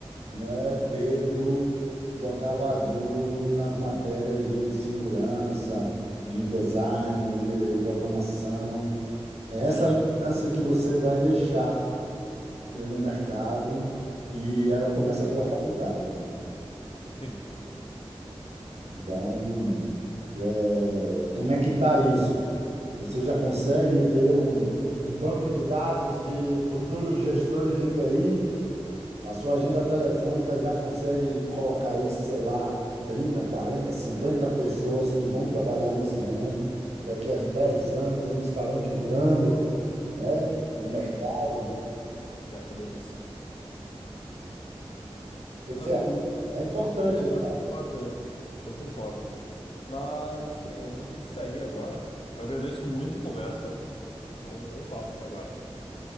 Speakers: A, on the right; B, on the left.
A: né? Pedro jogava duro nas matérias de segurança, de design, de programação. É
B: sim,
A: essa lembrança que você vai deixar né, no mercado e ela começa pela faculdade.
B: sim.
A: Então, é, como é que está isso? Você já consegue ter um, um banco de dados de futuros gestores de TI? A sua agenda telefônica já consegue colocar aí, sei lá, 30 40 50 pessoas que vão trabalhar nesse ramo. Daqui a 10 anos eles estarão ditando, né, o mercado.
B: Uhum.
A: O
B: Quero que é bem isso.
A: que que
B: Amigo,
A: você acha? É importante,
B: eu eu
A: tá?
B: concordo. Eu concordo. Mas assim, eu vou ter que sair agora. Eu agradeço muito a conversa. Foi um bom papo até agora.